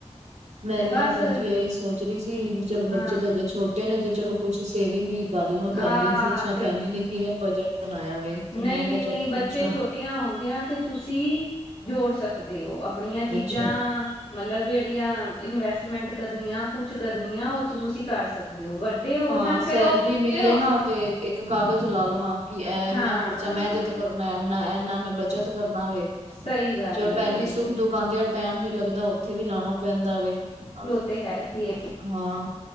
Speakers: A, on the right; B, on the left.
A: ਮੈਂ
B: ਤੇ
A: ਵੀ
B: ਬਸ
A: ਨਾ ਭੈਣ ਜੀ ਐਈ ਸੋਚ ਰਈ ਸੀ ਵੀ ਚਲੋ
B: ਹਾਂ
A: ਬੱਚੇ ਤਾ ਹਜੇ ਛੋਟੇ ਨੇ ਤੇ ਚਲੋ ਕੁੱਛ ਸੇਵਿੰਗ ਈ ਕਰ ਲਵਾਂ ਭੈਣ
B: ਹਾਂ
A: ਜੀ ਨੂੰ ਪੁੱਛਾਂ ਭੈਣ ਜੀ ਨੇ ਕਿਵੇਂ ਬਜਟ ਬਣਾਏਆ ਵੇ? ਤੇ
B: ਨਈ,
A: ਮੈਂ
B: ਨਈ,
A: ਕਿਹਾ
B: ਨਈ
A: ਚੱਲ
B: ਬੱਚੇ
A: ਪੁੱਛਾਂ
B: ਛੋਟੇ ਛੋਟੇਆਂ ਹੂੰਦੇਆਂ ਤੇ ਤੁਸੀਂ ਜੋੜ ਸਕਦੇ ਓ ਆਪਣੀਆਂ ਚੀਜ਼ਾਂ
A: ਅੱਛਾ
B: ਮਤਲਬ ਜੇੜੀਆ ਇਨਵੈਸਟਮੈਂਟ ਕਰਨੀ ਆ ਕੁਛ ਕਰਨੀ ਆ ਓ ਤੁਸੀਂ ਕਰ ਸਕਦੇ ਓ, ਵੱਡੇ ਹੋ
A: ਹਾਂ
B: ਜਾਣ ਫੇਰ
A: ਸੈਲਰੀ
B: ਓ
A: ਮਿਲੇ
B: ਫੇਰ ਓ
A: ਨਾ ਤੇ ਇੱਕ ਕਾਗਜ਼ ਲਾ ਲਵਾਂ ਕਿ ਏ ਏਂਨਾ
B: ਹਾਂ
A: ਖਰਚਾ ਮੈਂ ਤੇ ਕਰਨਾ ਏਨਾ- ਏਨਾ ਮੈਂ ਬੱਚਤ ਕਰਨਾ ਵੇ
B: ਸਹੀ ਗੱਲ
A: ਚਲ
B: ਏ
A: ਭੈਣ ਜੀ ਸੁੱਖ- ਦੁਖ ਆਂਦੇ ਆ ਟਾਈਮ ਨੀ ਲੱਗਦਾ ਓੱਥੇ ਵੀ ਲਾਣਾ ਪੈਂਦਾ ਵੇ, ਆਹ
B: ਓ ਤੇ ਹੈ ਈ ਏ
A: ਹਾਂ